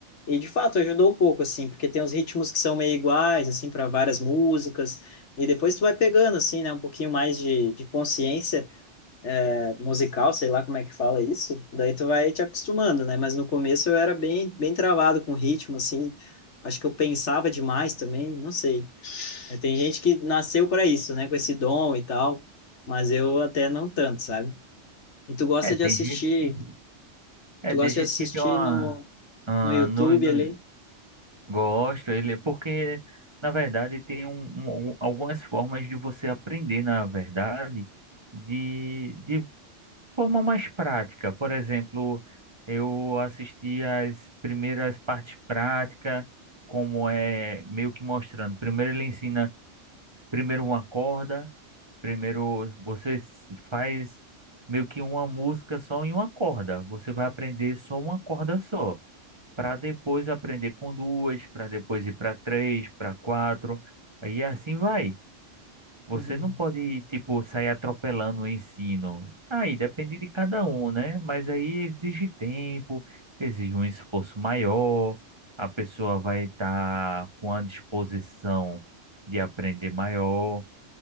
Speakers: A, on the left; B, on the right.
A: E de fato ajudou um pouco assim, porque tem uns ritmos que são meio iguais assim para várias músicas, e depois tu vai pegando assim, né, um pouquinho mais de, de consciência eh, musical, sei lá como é que fala isso. Daí tu vai te acostumando, né? Mas no começo eu era bem bem travado com ritmo assim. Acho que eu pensava demais também, não sei. É, Tem gente que nasceu para isso, né? Com esse dom e tal, mas eu até não tanto, sabe? E tu gosta
B: é,
A: de
B: tem
A: assistir,
B: gente que é,
A: tu
B: tem
A: gosta
B: gente
A: de assistir
B: que tem uma
A: no,
B: ah,
A: no YouTube
B: no, no,
A: ali?
B: gosta, ele é porque na verdade tem um, um- algum- algumas formas de você aprender, na verdade, de, de forma mais prática. Por exemplo, eu assisti as primeiras partes práticas, como é meio que mostrando. Primeiro ele ensina primeiro uma corda, primeiro você s- faz meio que uma música só em uma corda. Você vai aprender só uma corda só, para depois aprender com duas, para depois ir para três, para quatro, e assim vai. Você
A: Uhum.
B: não pode, tipo, sair atropelando o ensino. Aí depende de cada um, né? Mas aí exige tempo, exige um esforço maior, a pessoa vai estar com a disposição de aprender maior.